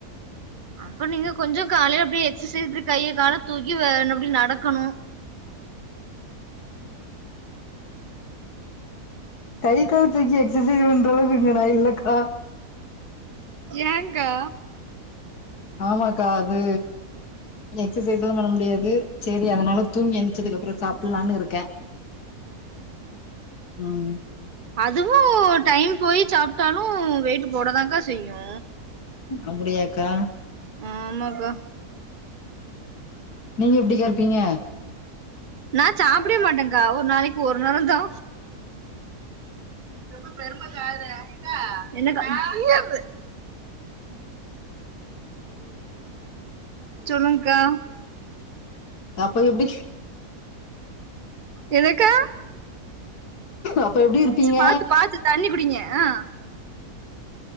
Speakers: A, on the right; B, on the left.
A: அப்ப நீங்க கொஞ்ச காலைல அப்டியே எக்சசைஸ் இப்டி கைய கால தூக்கி வேன் அப்டி நடக்கணு.
B: கை கால் தூக்கி எக்சசைஸ் பண்ற அளவுக்கு இங்க நா இல்லக்கா.
A: ஏங்கா?
B: ஆமா கா அது எக்சசைஸ்லா பண்ண முடியாது செரி அதனால தூங்கி எந்திச்சதுகப்பறம் சாப்லான்னு இருக்கே உம்
A: அதுவோ டைம் போயி சாப்டாலு வெயிட்டு் போடதாங்கா செய்யு.
B: அப்பிடியாக்கா?
A: ஆமாக்கா
B: நீங்க எப்டி கா இருப்பீங்க?
A: நா சாப்பிடமாட்டேங்கா ஒரு நாளைக்கு ஒரு நேரோ தா ரொம்ப பெருமக்கா அதுல எக்கா எக்கா. சொல்லுங்கா?
B: அப்ப எப்டி
A: என்னக்கா
B: அப்ப எப்டி இருப்பீங்க
A: ச்சி பாத்து பாத்து தண்ணி குடிங்க அ